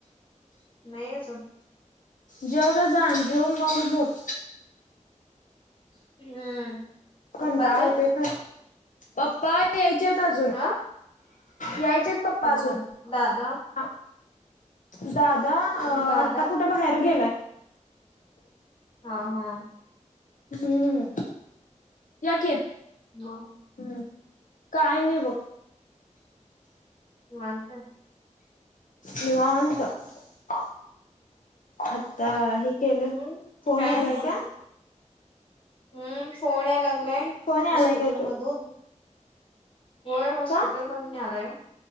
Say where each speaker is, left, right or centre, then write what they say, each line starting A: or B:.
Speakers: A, on the left; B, on the left.
A: नाही अजून,
B: जेवजा जा आणि, जेवून मग झोप.
A: हम्म. पप्पा
B: कंटाळ
A: ते
B: येते ख पप्पा यायचेत अजून
A: अ
B: यायचे आहेत पप्पा
A: हो
B: अजून.
A: दादा
B: आ.. दादा अ..
A: दादा
B: आता कुठे बाहेर गेलाय.
A: हा हा.
B: हम्म या कि.
A: मग
B: हम्म.. काय नाही बघ.
A: निवांत
B: निवांत. त आता हे केले
A: हम्म
B: फोन
A: काय
B: यालाय
A: म्हणता
B: का?
A: हम्म फोन याय लागलाय
B: फोन यालाय
A: हॉस्पिटल
B: काय तू?
A: मधून. होय हॉस्पिटल
B: का?
A: मधून आला हो.